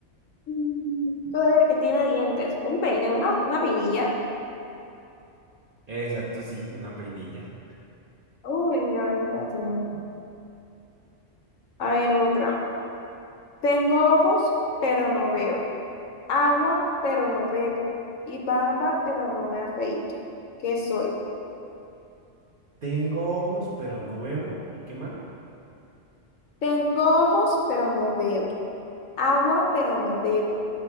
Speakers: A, on the left; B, on the right.
A: Mm, a ver, ¿qué tiene dientes? Un peine, una, una peinilla.
B: Exacto, sí, una peinilla.
A: Uy, a ver, la tengo. A ver, otra. Tengo ojos, pero no veo. Agua, pero no bebo. Y barba, pero no me afeito. ¿Qué soy?
B: Tengo ojos, pero no veo. ¿Y qué más?
A: Tengo ojos, pero no veo. Agua, pero no bebo.